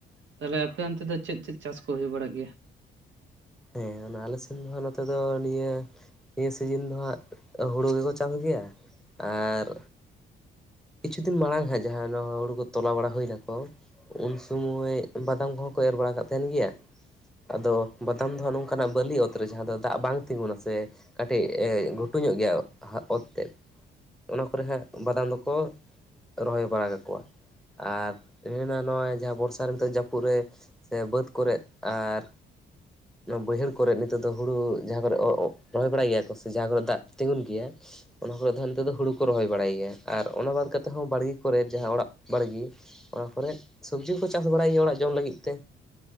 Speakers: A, on the right; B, in the centre.
A: ᱛᱟᱦᱚᱞᱮ ᱟᱯᱮ ᱚᱱᱛᱮ ᱫᱚ ᱪᱮᱫ ᱪᱮᱫ ᱪᱟᱥ ᱠᱚ ᱦᱩᱭᱩᱜ ᱵᱟᱲᱟᱜ ᱜᱮᱭᱟ?
B: ᱦᱮᱸ ᱟᱞᱮ ᱥᱮᱱ ᱫᱚ ᱱᱚᱛᱮ ᱫᱚ ᱱᱤᱭᱟᱹ ᱱᱤᱭᱟᱹ ᱥᱤᱡᱤᱱ ᱫᱚ ᱦᱟᱸᱜ ᱦᱩᱲᱩ ᱜᱮᱠᱚ ᱪᱟᱥ ᱜᱮᱭᱟ, ᱟᱨ ᱠᱤᱪᱷᱩ ᱫᱤᱱ ᱢᱟᱲᱟᱝ ᱦᱟᱸᱜ ᱡᱟᱦᱟᱸ ᱱᱚᱣᱟ ᱦᱩᱲᱩ ᱠᱚ ᱛᱚᱞᱟ ᱵᱟᱲᱟ ᱦᱩᱭ ᱱᱟ ᱠᱚ, ᱩᱱᱥᱩᱢᱚᱭ ᱵᱟᱫᱟᱢ ᱠᱚᱦᱚᱸ ᱠᱚ ᱮᱨ ᱵᱟᱲᱟ ᱠᱟᱜ ᱛᱟᱦᱮᱱ ᱜᱮᱭᱟ? ᱟᱫᱚ ᱵᱟᱫᱟᱢ ᱫᱚᱦᱟᱸᱜ ᱱᱚᱝᱠᱟᱱᱟᱜ ᱵᱟᱹᱞᱤ ᱚᱛ ᱨᱮ ᱡᱟᱦᱟᱸ ᱫᱚ ᱫᱟᱜ ᱵᱟᱝ ᱛᱤᱸᱜᱩᱱᱟ ᱥᱮ, ᱠᱟᱹᱴᱤᱡ ᱜᱷᱩᱴᱩᱧᱚᱜ ᱜᱮᱭᱟ ᱚᱛ ᱛᱮ ᱚᱱᱟ ᱠᱚᱨᱮ ᱦᱟᱸᱜ ᱵᱟᱫᱟᱢ ᱫᱚ, ᱠᱚ <inaudible> ᱨᱚᱦᱚᱭ ᱵᱟᱲᱟ ᱠᱟᱠᱚᱣᱟ ᱟᱨ ᱱᱚᱜᱼᱚᱭ ᱡᱟᱦᱟᱸ ᱵᱚᱨᱥᱟ ᱱᱤᱛᱚᱜ ᱡᱟᱹᱯᱩᱫ ᱨᱮ, ᱥᱮ ᱵᱟᱹᱫ ᱠᱚᱨᱜ ᱟᱨ, ᱵᱟᱹᱭᱦᱟᱹᱲ ᱠᱚᱨᱜ ᱱᱤᱛᱚᱜ ᱫᱚ ᱦᱩᱲᱩ ᱡᱟᱦᱟᱸ ᱠᱚᱨᱮᱜ ᱨᱚᱦᱚᱭ ᱵᱟᱲᱟᱭ ᱜᱮᱭᱟ ᱠᱚ ᱥᱮ ᱡᱟᱦᱟᱸ ᱠᱚᱨᱮᱫ ᱫᱟᱜ ᱛᱤᱸᱜᱩᱱ ᱜᱮᱭᱟ ᱚᱱᱟ ᱠᱚᱨᱮ ᱫᱚ ᱱᱤᱛᱚᱜ ᱫᱚ ᱦᱩᱲᱩ ᱠᱚ ᱨᱚᱦᱚᱭ ᱵᱟᱲᱟᱭ ᱜᱮᱭᱟ᱾ ᱟᱨ ᱚᱱᱟ ᱵᱟᱫᱽ ᱠᱟᱛᱮ ᱦᱚᱸ ᱵᱟᱲᱜᱮ ᱠᱚᱨᱮ ᱡᱟᱦᱟᱸ ᱚᱲᱟᱜ ᱵᱟᱲᱜᱮ, ᱚᱱᱟ ᱠᱚᱨᱮᱫ ᱥᱚᱵᱽᱡᱤ ᱠᱚᱠᱚ ᱪᱟᱥ ᱵᱟᱲᱟᱭᱟ ᱚᱲᱟᱜ ᱡᱚᱢ ᱞᱟᱹᱜᱤᱫ ᱛᱮ᱾